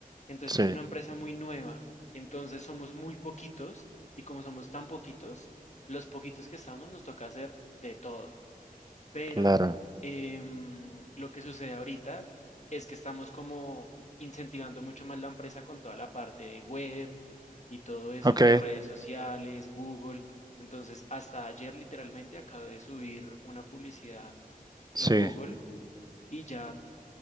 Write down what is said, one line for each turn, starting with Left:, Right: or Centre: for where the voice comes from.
Left: Entonces,
Right: sí,
Left: es una empresa muy nueva. Entonces, somos muy poquitos y como somos tan poquitos, los poquitos que estamos nos toca hacer de todo. pero
Right: claro.
Left: em, lo que sucede ahorita es que estamos como incentivando mucho más la empresa con toda la parte de web y todo eso,
Right: Ok,
Left: de redes sociales, Google. Entonces, hasta ayer literalmente acabé de subir una publicidad en
Right: sí.
Left: Google y ya